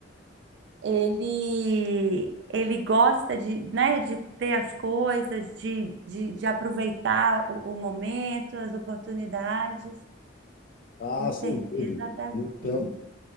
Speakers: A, on the right; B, on the left.
A: ele ele gosta de, né, de ter as coisas, de, de, de aproveitar o, o momento, as oportunidades.
B: Ah,
A: Com certeza
B: sem dúvida.
A: deve
B: Não tenho
A: ter.